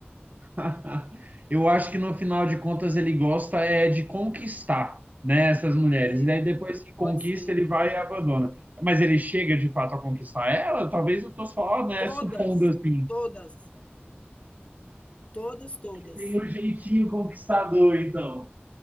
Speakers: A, on the right; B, on the left.
A: <laughs> Eu acho que no final de contas ele gosta é de conquistar, né, essas mulheres.
B: É,
A: E aí depois que conquista
B: pode ser.
A: ele vai e abandona. Mas ele chega de fato a conquistar ela? Talvez eu tô só, né,
B: Todas,
A: supondo assim.
B: todas, todas, todas.
A: Tem um jeitinho conquistador, então.